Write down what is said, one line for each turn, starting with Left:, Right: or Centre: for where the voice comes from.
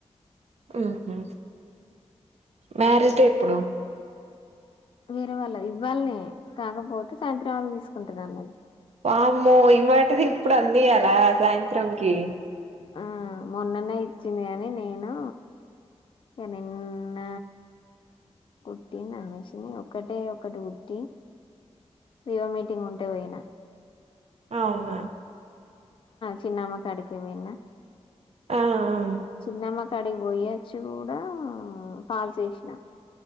Right: ఉహ్మ్ ఉహ్మ్ మ్యారేజ్ డే ఎప్పుడు
Left: వేరే వాళ్ళది. ఇవ్వాల్నే కాకపోతే సాయంత్రం అవి తీసుకుంటన్నాన్నాది.
Right: వామ్మో! ఇవాటిది ఇప్పుడు అందియాల సాయంత్రంకి.
Left: ఆ మొన్ననే ఇచ్చింది గాని నేను. ఇగా నీన్న కుట్టిన మెషిన్ మీద్ ఒకటే ఒకటి కుట్టి. ఇగా మీటింగ్ ఉంటే పోయిన
Right: అవునా
Left: చిన్నమ్మ కాడికి పోయిన
Right: ఆహ్
Left: చిన్నమ్మ క్ కాడికి పోయొచ్చి కూడా ఫాల్స్ ఏసిన